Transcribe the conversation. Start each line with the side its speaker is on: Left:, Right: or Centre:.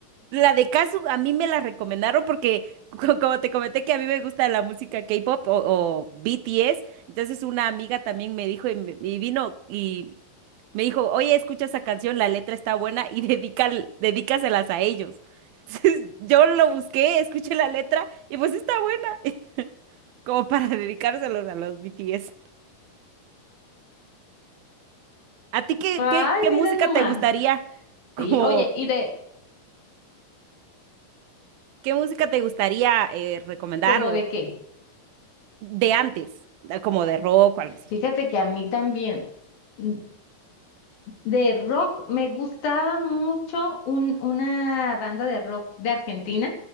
Right: La de Casu a mí me la recomendaron porque, co- como te comenté, que a mí me gusta la música K-pop o, o BTS. Entonces una amiga también me dijo y, me- y vino y me dijo, oye, escucha esa canción, la letra está buena y <laughs> dedica, dedícaselas a ellos. <laughs> Entonces, yo lo busqué, escuché la letra y pues está buena. <laughs> como para <laughs> dedicárselos a los BTS. ¿A ti qué,
Left: Ay,
Right: qué, qué
Left: mira
Right: música
Left: nomás.
Right: te gustaría, como,
Left: Sí, oye, ¿y de
Right: qué música te gustaría eh, recomendar
Left: cómo
Right: o
Left: de qué?
Right: de antes, eh, como de rock o algo así?
Left: Fíjate que a mí también mm, de rock me gustaba mucho un- una banda de rock de Argentina